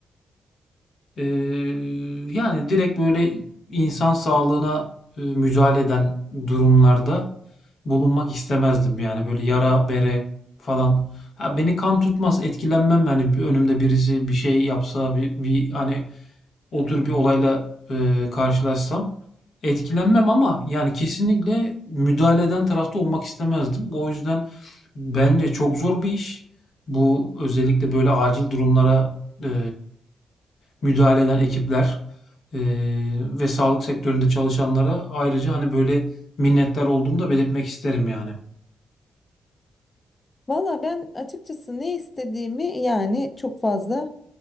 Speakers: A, on the left; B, on the left.
A: Eee, yani direkt böyle insan sağlığına e, müdahale eden durumlarda bulunmak istemezdim. Yani böyle yara bere falan. Ha, beni kan tutmaz, etkilenmem. Yani bir önümde birisi bir şey yapsa, bir, bir hani o tür bir olayla e, karşılaşsam etkilenmem ama yani kesinlikle müdahale eden tarafta olmak istemezdim. O yüzden bence çok zor bir iş. Bu özellikle böyle acil durumlara e, müdahale eden ekipler e, ve sağlık sektöründe çalışanlara ayrıca hani böyle minnettar olduğumu da belirtmek isterim yani.
B: Valla ben açıkçası ne istediğimi yani çok fazla